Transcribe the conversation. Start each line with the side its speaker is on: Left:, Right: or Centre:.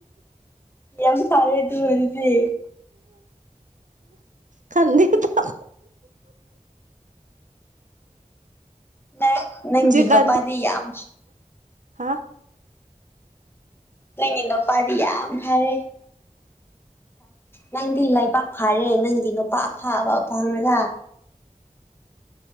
Left: ꯌꯥꯝ ꯐꯔꯦ ꯑꯗꯨ ꯑꯣꯏꯔꯗꯤ
Right: ꯈꯪꯗ ꯇ
Left: ꯅꯪ ꯅꯪꯒꯤ
Right: ꯖꯤ ꯀꯥꯟ
Left: ꯅꯨꯄꯥꯗꯤ ꯌꯥꯝ
Right: ꯍꯥ
Left: ꯅꯪꯒꯤ ꯅꯨꯄꯥꯗꯤ ꯌꯥꯝ ꯐꯔꯦ ꯅꯪꯗꯤ ꯂꯩꯕꯥꯛ ꯐꯥꯔꯦ ꯅꯪꯒꯤ ꯅꯨꯄꯥ ꯑꯐꯥꯕ ꯐꯥꯔꯔꯥ